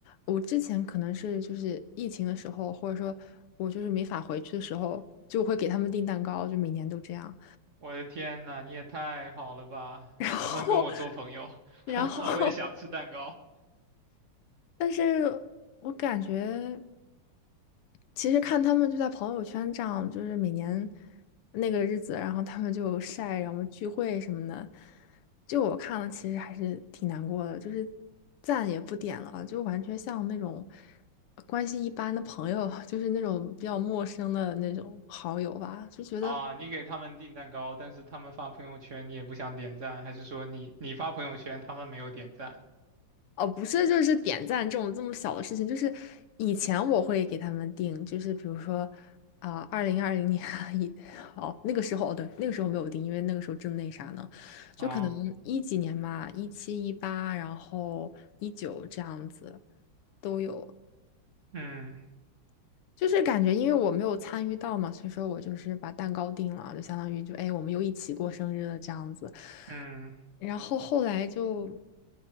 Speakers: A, on the left (about 85°); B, on the right (about 35°).
A: 我之前可能是就是疫情的时候，或者说我就是没法回去的时候，就会给他们订蛋糕，就每年都这样。
B: 我的天呐，你也太好了吧！
A: <laughs> 然后，
B: 能不能跟我做朋友？
A: 然后，
B: <laughs> 我也想吃蛋糕。
A: 但是我感觉。其实看他们就在朋友圈这样，就是每年那个日子，然后他们就晒，然后聚会什么的，就我看了，其实还是挺难过的，就是赞也不点了，就完全像那种关系一般的朋友，<laughs> 就是那种比较陌生的那种好友吧，就觉得
B: 啊，你给他们订蛋糕，但是他们发朋友圈，你也不想点赞，还是说你你发朋友圈，他们没有点赞？
A: 哦，不是，就是点赞这种这么小的事情，就是以前我会给他们定，就是比如说啊，二零二零年 <laughs> 一，哦，那个时候，哦，对，那个时候没有定，因为那个时候正那啥呢，就可能一几年吧，
B: 啊，
A: 一七一八，然后一九这样子都有，
B: 嗯
A: 就是感觉因为我没有参与到嘛，所以说我就是把蛋糕定了，就相当于就哎，我们又一起过生日了这样子。
B: 嗯，
A: 然后后来就，